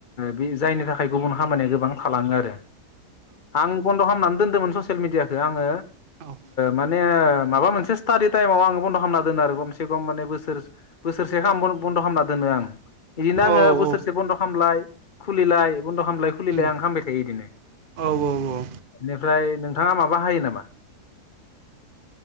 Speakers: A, on the left; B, on the right.
A: बे जायनि थाखाय गुबुन खामानिया गोबां थालाङो आरो। आं बन्द' खालामनानै दोनदोंमोन ससियेल मिडियाखौ आङो
B: औ
A: माने माबा मोनसे स्टाडि टाइमाव आं बन्द' खालामना दोनो आरो गमसे गम माने बोसोर बोसोरसे गाहाम बन्द' खालामना दोनो आं। बिदिनो आं
B: औ
A: बोसोर
B: औ
A: खामलाय खुलिलाय। बन्द' खालामलाय खुलिलाय
B: उम
A: आं खामबाय थायो बिदिनो।
B: औ औ औ
A: बेनिफ्राय नोंथाङा मा बाहायो नामा?